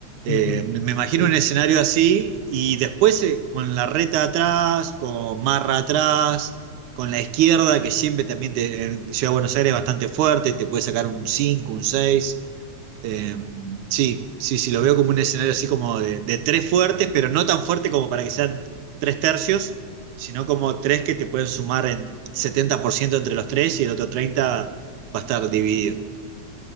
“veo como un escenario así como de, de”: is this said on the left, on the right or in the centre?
Right